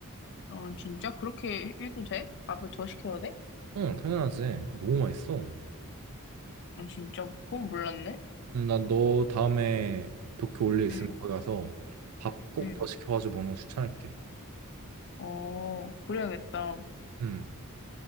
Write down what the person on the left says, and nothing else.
어, 진짜? 그렇게 해- 해도 돼? 밥을 더 시켜도 돼?
어, 진짜? 그건 몰랐네.
응,
응.
어, 그래야겠다.